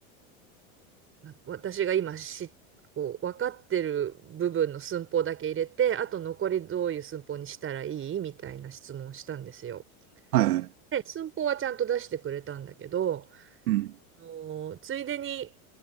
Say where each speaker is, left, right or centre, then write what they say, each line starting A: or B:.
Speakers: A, on the right (about 30°); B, on the right (about 85°).
A: なんか私が今しこう分かってる部分の寸法だけ入れてあと残りどういう寸法にしたらいいみたいな質問をしたんですよ。
B: はい。
A: で寸法はちゃんと出してくれたんだけど、
B: うん。
A: あのーついでに